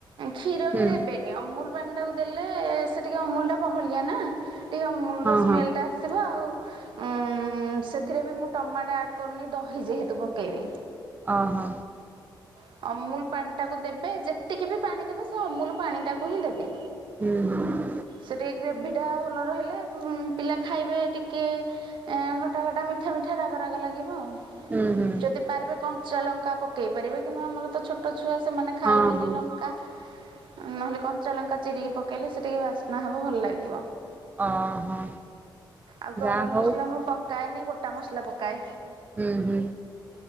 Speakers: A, on the right; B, on the right.
A: କ୍ଷୀର
B: ହୁଁ
A: ବି ଦେବେନି ଅମୁଲ୍ ପାଣିଟାକୁ ଦେଲେ ସେ ଟିକେ ଅମୁଲ୍ ଟା ବହଳିଆ ନାଁ ଟି ଅମୂଲ୍
B: ହଁ
A: ର ସ୍ମେଲ୍
B: ହଁ
A: ଟା ଆସିବ ଆଉ ଉଁ ସେଥିରେ ବି ମୁଁ ଟମାଟ ଆଡ଼ କରୁନି ଦହି ଯେହେତୁ ପକେଇବି।
B: ଓହୋ
A: ଅହ। ଅମୁଲ୍ ପାଣିଟାକୁ ଦେବେ ଯେତିକି ବି ପାଣି ଦେବେ ସେ ଅମୁଲ୍ ପାଣିଟାକୁ ହିଁ ଦେବେ।
B: ହୁଁ ହୁଁ।
A: ସେ ଟିଏ ଗ୍ରେଭିଟା ଭଲ ରହିଲେ ଉଁ ପିଲା ଖାଇବେ ଟିକେ ଉଁ ଘଟା ଘଟା ମିଠା ମିଠା ରାଗ ରାଗ ଲାଗିବ ଆଉ।
B: ହୁଁ ହୁଁ
A: ଯଦି ପାରିବେ କଞ୍ଚା ଲଙ୍କା ପକେଇ ପାରିବେ କିନ୍ତୁ ଆମର ତ ଛୋଟ ଛୁଆ ସେମାନେ ଖାଇବେନି
B: ହଁ ହଁ
A: ଲଙ୍କା। ନହେଲେ କଞ୍ଚା ଲଙ୍କା ଚିରିିକି ପକେଇଲେ ସେ ଟିକେ ବାସ୍ନା ହବ ଭଲ ଲାଗିବ।
B: ଓହୋ
A: ଆଉ ଗରମ
B: ଯାହା ହଉ
A: ମସଲା ମୁଁ ପକାଏନେଇ ଗୋଟା ମସଲା ପକାଏ।
B: ଉଁ ହୁଁ